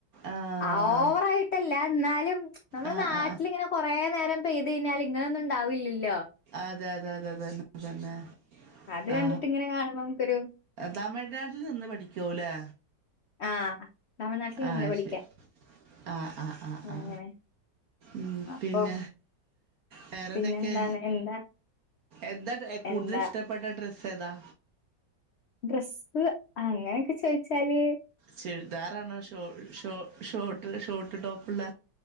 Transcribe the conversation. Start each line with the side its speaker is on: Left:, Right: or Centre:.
Right: ആഹ്
Left: ഓവറായിട്ടല്ല ന്നാലും നമ്മൾ
Right: ആഹ്
Left: നാട്ടിലിങ്ങനെ
Right: ആഹ്
Left: കൊറേ നേരം പെയ്തെഴിഞ്ഞാല് ഇങ്ങനൊന്ന്ണ്ടാവില്ല്യല്ലോ
Right: അതെ അതെ അതെ അതന്നെ അതന്നെ.
Left: അത്
Right: ആ
Left: കണ്ടിട്ട് ഇങ്ങനെ കാണുമ്പോ നമുക്കൊരു
Right: തമിഴ്നാട്ടിൽ നിന്ന് പഠിക്കാവുലേ
Left: ആഹ് തമിഴ്നാട്ടിൽ
Right: ആഹ്
Left: നിന്ന് പഠിക്കാം
Right: ശെരി ആ ആ ആ
Left: അങ്ങനെ.
Right: ആ. ഉം
Left: അപ്പൊ
Right: പിന്ന വേറെന്തൊക്കെ
Left: പിന്നെന്താണ് എന്താ
Right: എന്താ കൂടുതല്
Left: എന്താ
Right: ഇഷ്ടപ്പെട്ട ഡ്രസ്സേതാ?
Left: ഡ്രസ്സ് അങ്ങനൊക്കെ ചോയിച്ചാല്
Right: ചുരിദാറാണോ ഷോ ഷോ ഷോ ഷോർട്ട് ടോപ്പ്ളള